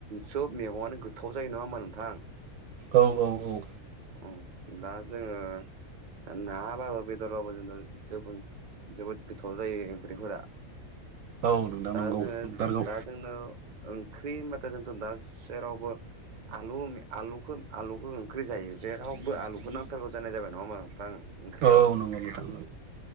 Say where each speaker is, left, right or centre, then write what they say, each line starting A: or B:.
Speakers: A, on the right; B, on the right.
A: सब मेगंङानो गोथाव जायो नङा होमबा नोंथां
B: औ औ औ
A: अ दा जोङो नाबाबो बेदरबाबो जों ज जोबोद गोथाव जायो ओंख्रिफोरा
B: औ नोंथां
A: दा
B: नंगौ
A: जोङो
B: नंथारगौ
A: दा जोंनो ओंख्रि होनबथाय जोंथ' दा जेरावबो आलु आलुखौ आलुखौ ओंख्रि जायो जेरावबो आलुखौ नांथारगौ जानाय जाबाय नङा मा नोंथां ओंख्रियाव
B: औ नंगौ नोंथां